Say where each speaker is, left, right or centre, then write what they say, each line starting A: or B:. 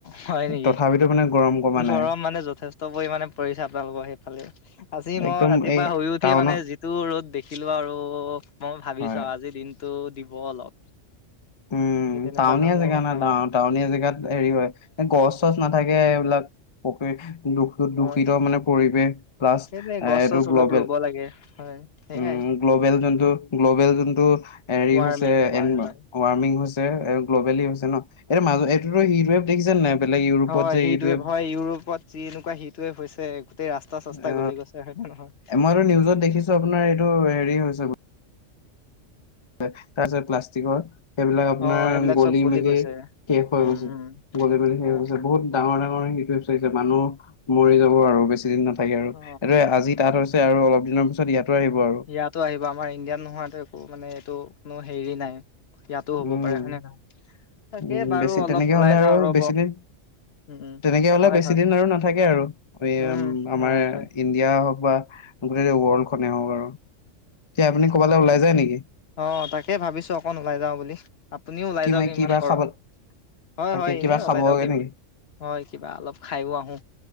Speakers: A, on the left (about 55°); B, on the left (about 30°).
A: হয় নেকি?
B: তথাপিতো মানে গৰম কমা
A: গৰম
B: নাই
A: মানে যথেষ্ট পৰিমাণে পৰিছে, আপোনালোকৰ সেইফালে? আজি মই
B: একদম
A: ৰাতিপুৱা
B: এই
A: শুই উঠি
B: টাউনত
A: মানে টো ৰ'দ দেখিলো আৰু মই ভাবিছো
B: হয়
A: আৰু আজি দিনতটো দিব অলপ।
B: উম
A: সেই তেনেকুৱা
B: টাউনীয়া
A: ধৰণৰ
B: জেগা
A: কথা
B: না টা
A: মানে
B: টাউনীয়া জেগাত হেৰি হয় গছ চছ নাথাকে এইবিলাক পকি দুখ দুষিত
A: হয়
B: মানে পৰিবেশ। প্লাছ
A: সেইটোৱে গছ
B: এইটো
A: চছ
B: গ্ল'বেল,
A: অলপ ৰুব লাগে হয় সেইয়াই
B: উম। গ্ল'বেল যোনটো গ্ল'বেল যোনটো হেৰি
A: ৱাৰ্মিং
B: হৈছে।
A: হয় হয়।
B: ৱাৰ্মিং হৈছে আৰু গ্ল'বেলি হৈছে ন, এইটো মাজ এইটোতো হিট ৱেব দেখিছে নাই? বেলেগ ইউৰোপত
A: হয়
B: যে
A: সিটোৱে
B: হিট ৱেভ
A: হয় ইউৰোপত যি এনেকুৱা সিটোৱে হৈছে গোটেই ৰাষ্ট চস্তা চস্তা
B: অ,
A: গলি গৈছে হয় নে নহয়?
B: মইতো নিউজত দেখছ আপোনাৰ এইটো হেৰি হৈছে। তাৰপিছত প্লাষ্টিকৰ সেইবিলাক আপোনাৰ
A: অ সেইবিলাক
B: গলি
A: চব
B: মেলি
A: গৈছে
B: শেষ হৈ
A: উম
B: গৈছে,
A: উম
B: গলি মেলি শেষ
A: হয়
B: হৈ গৈছে
A: হয়
B: বহুত ডাঙৰ ডাঙৰ সিটো চাৰিছে মানুহ মৰি যাব আৰু, বেছি দিন নাথাকে আৰু
A: অ
B: এইটো এইয়ে আজি, তাত হৈছে আৰু অলপ দিনৰ পিছত ইয়াতো আহিব আৰু।
A: ইয়াতো আহিব আমাৰ ইণ্ডিয়াত নোহোৱাতো একো মানে এইটো কোনো হেৰি নাই ইয়াতো হ'ব
B: উম
A: পাৰে হয় নে নহয়? তাকে
B: উম
A: বাৰু
B: বেছি
A: অলপ
B: তেনেকে
A: ওলাই
B: হলে আৰু
A: যাওঁ ৰ'ব
B: বেছিদিন
A: উম উম
B: তেনেকে হলে
A: হয়
B: বেছি
A: হয়
B: দিন আৰু নাথাকে আৰু, এই
A: উম
B: আমাৰ
A: হয় হয়
B: এয়া হওক বা গোটেই ৱৰ্ল্ড খনেই হওক আৰু এতিয়া আপুনি ক'বালৈ ওলাই যায় নেকি?
A: অঁ তাকে ভাবিছো অকণ ওলাই যাওঁ বুলি, আপুনিও ওলাই
B: কি
A: যাওক
B: ম
A: ইমান
B: কিবা
A: গৰম।
B: খাব
A: হয়
B: তাকে
A: হয়
B: কিবা
A: এনেই
B: খাবগে
A: ওলাই যাও কিবা
B: নেকি
A: হয় কিবা অলপ খাইও আহো।